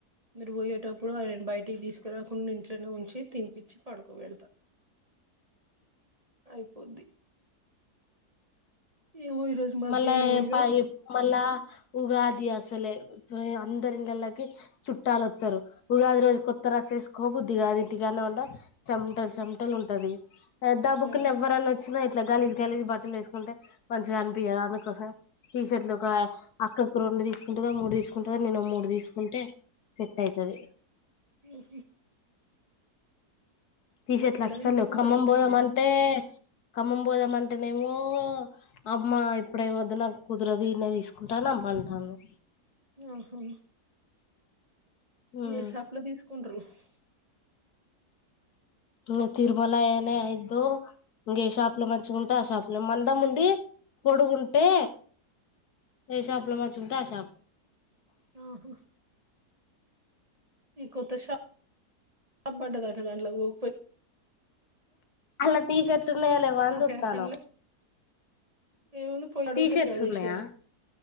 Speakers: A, on the right; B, on the left.
A: మీరు పోయేటప్పుడు ఆయన బయటికి తీసుకురాకుండా ఇంట్లోనె ఉంచి తినిపించి పడుకో పెడత అయిపోద్ది ఏమో ఈరోజు మధ్యాహ్నం
B: మళ్ళ
A: ఇగ
B: ప మల్ళ ఉగాది అసలే అందరి ఇండ్లలోకి చుట్టాలు వస్తరు ఉగాది రోజు కొత్త డ్రెస్ వెస్కోబుద్ది గాది ఇంటికాన్నా ఉండా చెమటలు చెమటలు ఉంటది <unintelligible>
A: ఆ
B: ఎవ్వరని వచ్చిన ఇట్లా గలిజ్ గలిజ్ బట్టలు వేసుకుంటే మంచిగా అని ఆమె కోసం టీషర్ట్లు ఒక అక్కకు రెండు తీసుకుంటుందో మూడు తీసుకుంటందో నిేను మూడు తీసుకుంటే సెట్ అవుతుది
A: ఉ
B: టీషర్ట్లు అస్సలు
A: తీసుకుంటారు
B: లేవ్ ఖమ్మం పోదామంటే ఖమ్మం పోదామంటేనేమో అమ్మ ఇప్పుడేమి వద్దు నాకు కుదరదు ఇడనే తీసుకుంటా అని అమ్మంటాంది
A: ఆహా
B: ఉమ్
A: ఏ షాప్ లో తీసుకుంట్రు <unintelligible>
B: ఇంక తిరుమల అనే అయిద్దో ఇంక ఏ షాప్ లో మంచిగా ఉంటే ఆ షాపు లో మందం ఉండి పోడుగుంటే ఏ షాపు లో మంచిగా ఉంటే ఆ షాప్
A: ఆహ ఈ కొత్త ష షాప్బడ దట దాంట్లో పోకపోయి
B: అలా టీ షర్ట్ ఉన్నయా లేవా అని చుస్తునవ్
A: ఫ్యాషన్ లో ఏముంది పోయి అడుగుతనే
B: షర్ట్స్
A: కద
B: ఉన్నాయా
A: ఇచ్చేది